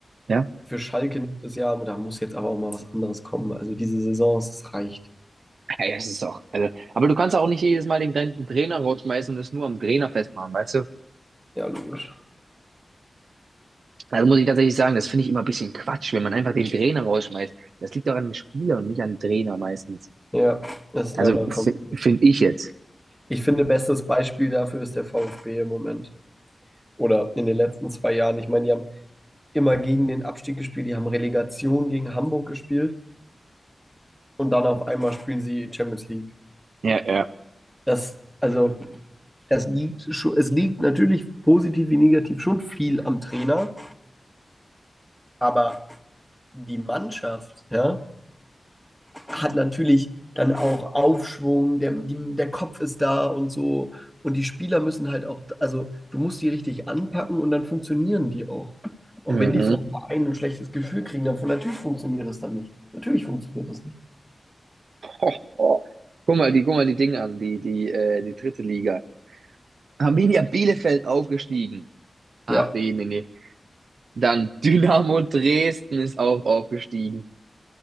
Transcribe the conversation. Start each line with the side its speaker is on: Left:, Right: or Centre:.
Right: Ja,
Centre: für Schalke nächstes Jahr, da muss jetzt aber auch mal was anderes kommen. Also diese Saison, es reicht.
Right: Ja, ja, es ist auch. Also, aber du kannst auch nicht jedes Mal den gleichen Trainer rausschmeißen und es nur am Trainer festmachen, weißt du?
Centre: Ja, logisch.
Right: also muss ich tatsächlich sagen, das finde ich immer ein bisschen Quatsch, wenn man einfach den Trainer rausschmeißt. Das liegt doch an dem Spieler und nicht an dem Trainer meistens.
Centre: Ja, das ist
Right: Also
Centre: leider
Right: f-
Centre: kommt.
Right: finde ich jetzt.
Centre: Ich finde, bestes Beispiel dafür ist der VfB im Moment. Oder in den letzten zwei Jahren. Ich meine, die haben immer gegen den Abstieg gespielt. Die haben Relegation gegen Hamburg gespielt und dann auf einmal spielen sie Champions League.
Right: Ja, ja.
Centre: Das, also, das liegt schon, es liegt natürlich positiv wie negativ schon viel am Trainer, aber die Mannschaft, ja, hat natürlich dann auch Aufschwung, der, die, der Kopf ist da und so. Und die Spieler müssen halt auch, also du musst die richtig anpacken und dann funktionieren die auch. Und
Right: Mhm.
Centre: wenn die vom Verein ein schlechtes Gefühl kriegen, dann von natürlich funktioniert das dann nicht. Natürlich funktioniert das nicht.
Right: Ho, ho. Guck mal, die, guck mal die Dinge an, die, die, äh, die dritte Liga. Arminia Bielefeld aufgestiegen.
Centre: Ja,
Right: Ach, nee, nee, nee. Dann Dynamo Dresden ist auch aufgestiegen.